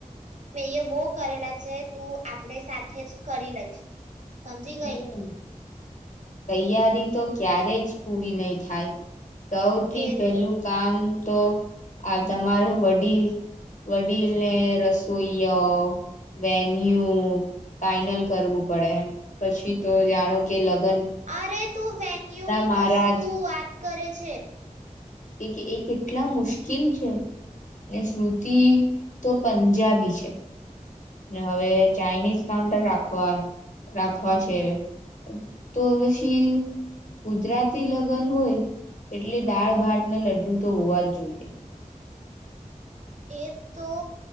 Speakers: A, on the right; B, on the left.
A: મે એ બો કરેલા છે તું આપણે સાથે જ કરી લઈશું. સમજી ગઈ.
B: હમ તૈયારી તો ક્યારે જ પૂરી નહી થાય. સૌથી
A: એ
B: પેલું
A: તો
B: કામ. તો આ તમારે વડીલ વડીલને રસોઈયો વેન્યુ ફાઈનલ કરવું પડે. પછી તો જાણો કે લગ
A: અરે તું વેન્યુ ની
B: મહારાજ
A: તો શું વાત કરે છે.
B: કે કે એ કેટલા મુશ્કેલ છે, ને શ્રુતિ તો પંજાબી છે. ને હવે ચાાઈનીઝ કાઉન્ટર રાખવા રાખવા છેવે, તો પછી ગુજરાતી લગ્ન હોય, એટલે દાળ ભાટ ના લડ્ડુ તો હોવા જ જોઈએે.
A: એ તો,